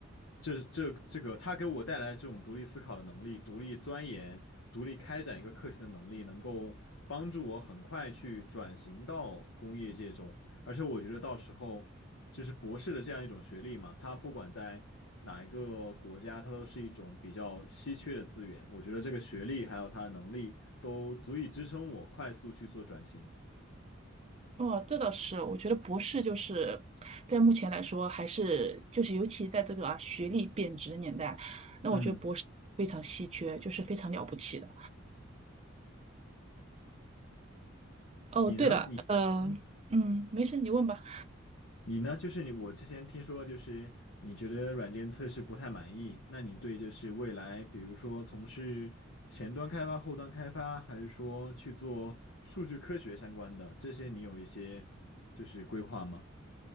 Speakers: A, on the left (about 80°); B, on the right (about 30°).
A: 这这这个他给我带来的这种独立思考的能力、独立钻研、独立开展一个课题的能力，能够帮助我很快去转型到工业界中。而且我觉得到时候就是博士的这样一种学历嘛，它不管在哪一个国家，它都是一种比较稀缺的资源。我觉得这个学历还有他的能力都足以支撑我快速去做转型。
B: 哦，这倒是，我觉得博士就是在目前来说，还是就是尤其在这个啊学历贬值的年代，那我觉得博士非常稀缺，
A: 嗯，
B: 就是非常了不起的。哦，
A: 你呢？
B: 对了，
A: 你嗯。
B: 呃，嗯，没事，你问吧。
A: 你呢？就是你，我之前听说，就是你觉得软件测试不太满意，那你对就是未来，比如说从事前端开发、后端开发，还是说去做数据科学相关的，这些你有一些就是规划吗？